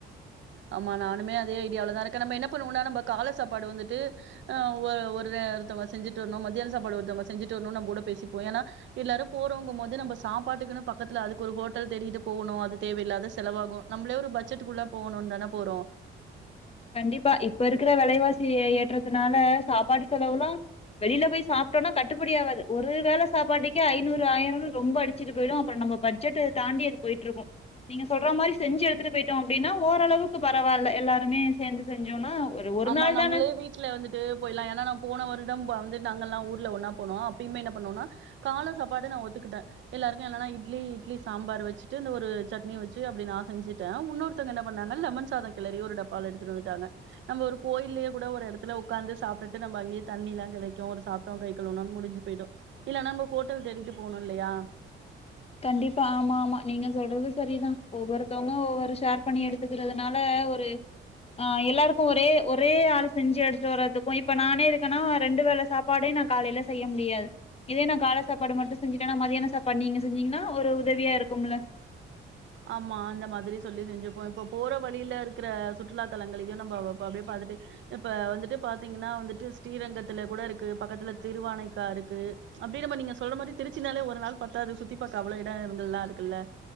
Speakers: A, on the right; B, on the left.
A: ஆமா நானுமே அதே ஐடியாவிலதா இருக்கே நம்ம என்ன பண்ணுவோம்னா நம்ம கால சாப்பாடு வந்துட்டு ஆ ஒருத்தங்க செஞ்சுட்டு வரணு மத்யானோ சாப்பாடு ஒருத்தவங்க செஞ்சுட்டுவரணு நம்ம கூட பேசிப்போ ஏன்னா எல்லாரு போறவங்கபோது நம்ம சாப்பாட்டுக்குன்னு பக்கத்துல அதுக்கு ஒரு ஹோட்டல்தேடிகிட்டு போகணு அது தேவையில்லாத செலவாகு நம்ளே ஒரு பட்ஜெட்க்குள்ள போகணுன் தான போறோ
B: கண்டிப்பா இப்ப இருக்கிற விலைவாசி ஏற்றத்துனால சாப்பாடு செலவுலா வெளியில போய் சாப்பிட்டோம்னா கட்டுப்படி ஆவாது ஒரு வேளை சாப்பாட்டுக்கே ஐநூறு ஆயிரம்னு ரொம்ப அடிச்சுட்டு போயிடு அப்புற நம்ம பட்ஜெட் தாண்டி அது போயிட்ருக்கு நீங்க சொல்ற மாதிரி செஞ்சு எடுத்துட்டு போயிட்டோ அப்படின்னா ஓரளவுக்கு பரவாயில்ல எல்லாருமே சேந்து செஞ்சோனா ஒரு ஒரு
A: ஆமா
B: நாள்
A: நம்மளே
B: தான
A: வீட்டுல வந்துட்டு போய்ட்லா ஏன்னா நம் போன வர ம்ப வந்து நாங்கல்லா ஊர்ல ஒன்னா போனோ அப்பயும என்ன பண்ணோனா கால சாப்பாடு நா ஒத்துக்கிட்டே எல்லாருக்கு இல்லன்னா இட்லி இட்லி சாம்பார் வச்சுட்டு இந்த ஒரு சட்னி வச்சு அப்படி நா செஞ்சுட்டே இன்னொத்தங்க என்ன பண்ணாங்க லெமன் சாதோ கிளறி ஒருடப்பாவ எடுத்துட்டு வந்துட்டாங்க நம்ம ஒரு கோயில்லயே கூட ஒரு எடத்துல உக்காந்து சாப்டுட்டு நம்ம அங்கயே தண்ணிலா கெடைக்கு ஒரு சாப்ட்டோ கை கழவுணோனு முடிஞ்சு போயிடு இல்லைனா நம்ம ஹோட்டல் தேடிட்டு போணு இல்லயா
B: கண்டிப்பா ஆமா ஆமா நீங்க சொல்றது சரிதா ஒவ்வொருத்தங்க ஒவ்வொர் ஷேர் பண்ணி எடுத்துக்கிறதுனால ஒரு ஆ எல்லாருக்கு ஒரே ஒரே ஆள் செஞ்சு எடுத்து வரதுக்கு இப்ப நானே இருக்கேன்னா ரெண்டு வேல சாப்பாடே நா காலைல செய்ய முடியாது இதே நா காள சாப்பாடு மட்டு செஞ்சுட்டேனா மதியானோ சாப்பாடு நீங்க செஞ்சிங்கன்னா ஒரு உதவியா இருக்கும்ல
A: ஆமா அந்த மாதிரி சொல்லி செஞ்சுப்போ இப்ப போற வழியில இருக்கிற சுற்றுலா தலங்களையு நம்ம அப்படியே பாத்துட்டே இப்ப வந்துட்டு பாத்தீங்கன்னா வந்துட்டு ஸ்ரீரங்கத்துல கூட இருக்கு பக்கத்துல திருவானைக்கா இருக்கு அப்படின் நம்ம நீங்க சொல்ற மாதிரி திருச்சினாலே ஒரு நாள் பத்தாவது சுத்தி பாக்க அவ்ள எடங்கள் லா இருக்குல்ல